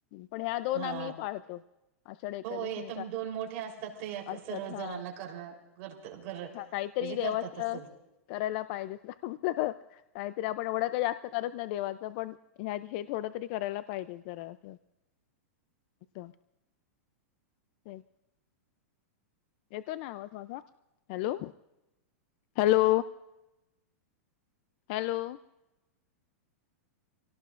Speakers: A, on the left; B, on the right.
A: पण ह्या दोन
B: हा
A: आम्ही पाहतो आषाढ ए एककादशण
B: हो हे तर दोन मोठे असतात ते या
A: अच्छा
B: सर्व
A: हा
B: जणांना करणं करत कर म्हणजे
A: हा काहीतरी देवाच
B: करतातच सगळे
A: करायला पाहिजे आपलं काहीतरी आपण एवढं काही जास्त करत नाही देवाचं पण हे थोडं तरी करायला पाहिजे जरा असं असं ब् येतो ना आ हॅलो हॅलो हॅलो